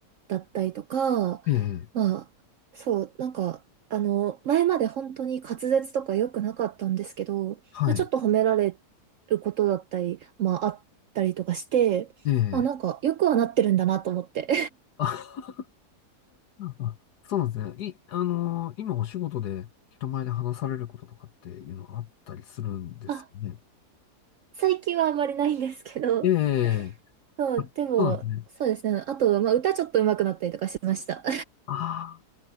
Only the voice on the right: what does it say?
だったりとか、
まあ、そう、なんか、あの、前まで本当に滑舌とか良くなかったんですけど、
まあ、ちょっと褒められることだったり、まあ、あったりとかして、
まあ、なんか、よくはなってるんだなと思って。
<laughs> あ、最近はあんまりないんですけど、
そう、
でも、
そうですね。あと、まあ、歌ちょっと上手くなったりとかしました。